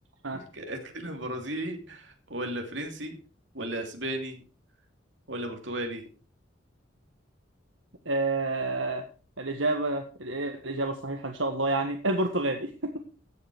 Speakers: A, on the right (about 80°); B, on the right (about 70°).
A: ها
B: بتتك- <laughs> بتتكلم برازيلي ولا فرنسي ولا اسباني ولا برتغالي
A: آه الاجابه الايه الاجابه الصحيحه ان شاء الله يعني البرتغالي